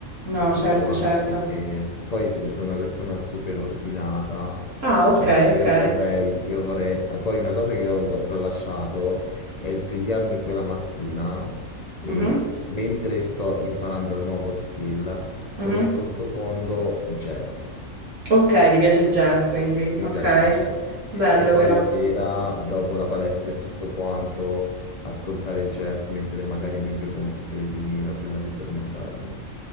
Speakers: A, on the right; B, on the left.
A: No,
B: e tutto
A: certo,
B: quanto,
A: certo.
B: perché poi sì, sono una persona super ordinata,
A: Ah, ok,
B: cioè io
A: ok.
B: vorrei, io vorrei... ah, Poi una cosa che ho, ho tralasciato è svegliarmi quella mattina e
A: Mhm,
B: mentre sto imparando il nuovo skill,
A: mhm.
B: come sottofondo jazz.
A: Ok, ti piace il jazz, quindi,
B: Mi
A: ok.
B: piace il jazz.
A: Bello
B: E poi
A: però.
B: la sera, dopo la palestra e tutto quanto, ascoltare jazz mentre magari mi bevo un bicchiere di vino prima di addormentarmi.